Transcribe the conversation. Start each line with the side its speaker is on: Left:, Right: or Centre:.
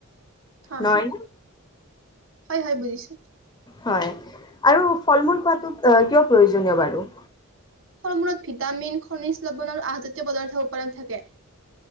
Right: হয়
Left: নহয় নে?
Right: হয় হয় বুজিছো
Left: হয় আৰু ফল মূল খোৱাটো কিয় প্ৰয়োজনীয় বাৰু
Right: স মূৰত ভিটামিন খনিজ লবণ আৰু আজাতীয় পদাৰ্থ উপাদান থাকে